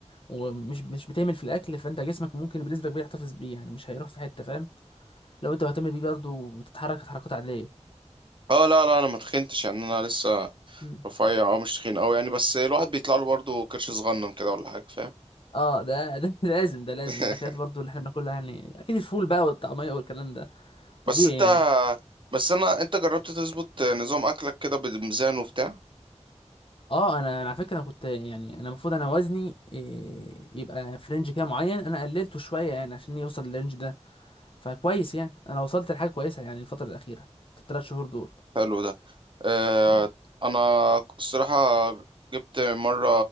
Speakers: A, on the left; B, on the right.
A: ومش مش بتعمل في الاكل فانت جسمك ممكن بنسبه كبيره يحتفظ بيه يعني مش هيروح في حته فاهم لو انت مهتم بيه برضه وتتحرك تحركات عاديه
B: اه لا لا انا ما تخنتش يعني انا لسه
A: مم.
B: رفيع اه مش تخين قوي يعني بس الواحد بيطلع له برضه كرش صغنن كده ولا حاجه فاهم
A: اه ده ده <laughs> لازم ده لازم
B: <laughs>
A: الاكلات برضه اللي احنا بناكلها يعني اكيد الفول بقى والطعميه والكلام ده طبيعي
B: بس انت
A: يعني
B: بس انا انت جربت تظبط نظام اكلك كده بميزان وبتاع
A: اه انا انا على فكره انا كنت يعني انا المفروض انا وزني إيه، يبقى في رينج كده معين انا قللته شويه يعني عشان يوصل للرينج ده فكويس يعني انا وصلت لحاجه كويسه يعني الفتره الاخيره في الثلاث شهور دول
B: حلو ده اه
A: مم.
B: انا الصراحه جبت مره